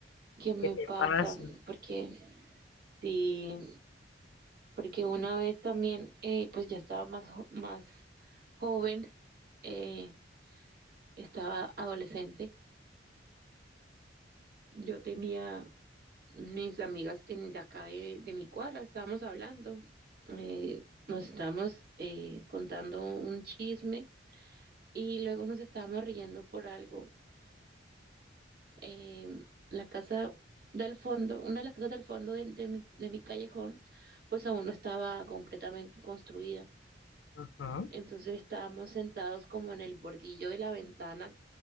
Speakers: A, on the right; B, on the left.
A: que me
B: ¿Qué te
A: pasa,
B: pasa?
A: porque sí, porque una vez también, eh, pues ya estaba más, jo- más joven, eh, estaba adolescente, yo tenía, mis amigas ten- de acá de, de mi cuadra, estábamos hablando, eh, nos estábamos eh, contando un chisme y luego nos estábamos riendo por algo eh, la casa del fondo, una de las casas del fondo de, de mi, de mi callejón, pues aún no estaba completamente construida.
B: Ajá.
A: Entonces estábamos sentados como en el bordillo de la ventana,